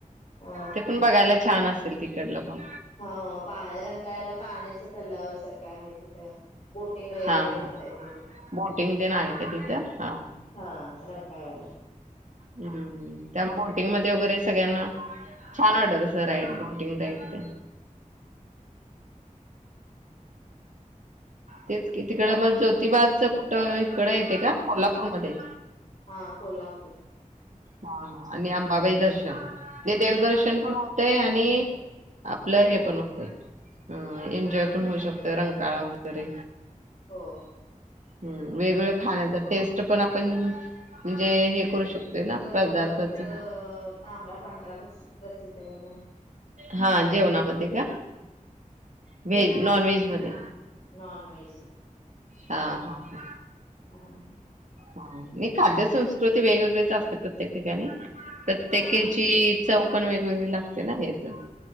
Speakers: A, on the left; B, on the right.
A: अ
B: ते पण बघायला छान असेल तिकडलं पण.
A: हं पाय रंकाळ्याला पाण्याचं तल्लावा सारखं आहे तिथं. बोटिंग वगैरे
B: हा हा
A: करता येते तिथे
B: बोटिंग ते आहे का तिथं हा
A: हा, रंकाळायला.
B: हम्म, त्यामुळे टिंग मध्ये वगैरे सगळ्यांना छान वाट असं राईड, बॉटिंग राईड ते. तेच की मग ज्योतिब्बाचं कुटं हिकडं येते का? कोल्हापूरमध्ये?
A: हा, कोल्हापूर.
B: हा हा,
A: हम्म
B: आणि आंबाबाई दर्शन. ते देवदर्शन पण होतेय आणि,
A: कोल्हापूर
B: आपलं हे
A: हो
B: पण होतंय. हं, एन्जॉय
A: हा
B: पण होऊ शकतोय रंकाळा वगरे.
A: हो
B: हम्म, वेगळं
A: हा
B: खाण्याचा टेस्ट पण आपण म्हणजे, हे करू शकतोय ना?
A: हो
B: पदार्थाच
A: कोल्हापूरचंअ तांबडा पांढरा र प्रसिद्ध आहे ना.
B: हा, जेवणामध्ये का? व्हेज, नॉन व्हेज मध्ये.
A: नॉनव्हेज ल
B: हा हा हा.
A: हाआ..
B: ह, ही खाद्य संस्कृती वेगवेगळीच असते प्रत्येक ठिकाणी. प्रत्येकेची,
A: हा
B: चव पण वेगवेगळी लागते ना वेद